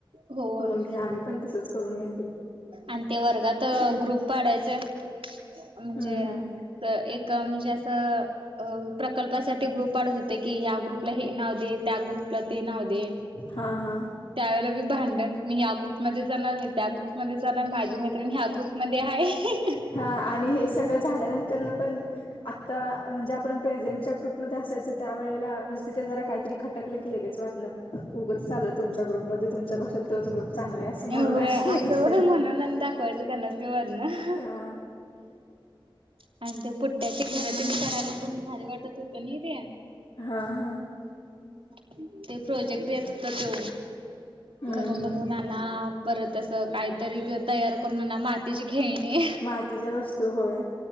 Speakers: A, on the right; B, on the left.
A: होय
B: करून घ्या आम्ही पण तसच करून हे
A: आणि ते वर्गात ग्रुप पाडायच म्हणजे
B: हम्म हम्म
A: एक म्हणजे असं अ प्रकल्पासाठी ग्रुप काढत होते की ह्या ग्रुपला हे नाव दे त्या ग्रुपला ते नाव दे
B: हा हा
A: त्यावेळेला भांडण मी या ग्रुप मध्ये जाणार मी त्या ग्रुप मध्ये जाणार म्हणजे आता माझी मैत्रीण या ग्रुप मध्ये मध्ये आहे
B: हा आणि हे सगळं झाल्यानंतर न पण आता म्हणजे आपण प्रेझेंट च्या ग्रुपमध्येध्ये असायच त्यावेळेला म्हणजे तिथे जरा काहीतरी खटकलं केलं लगेच भांडण उगाचच आलोय तुमच्या ग्रुपमध्ये तुमच्या पेक्षा तोच चांगला आहे असं म्हणून
A: होय
B: अशी यायची
A: असं
B: त्यांना
A: म्हणून दाखवायचं त्यांना वरण <unintelligible>
B: हा
A: आणि ते पुट्ट्याचे घर तेन करायला पण भारी वाटत होतं ना ते
B: हा हा
A: ह ते प्रोजेक्ट देत होता त्यो
B: हम्म
A: घर
B: हम्म
A: बनवून आणा परत अस काही तरी तयार करून आणा मातीची खेळणी
B: मातीच्या वस्तू होय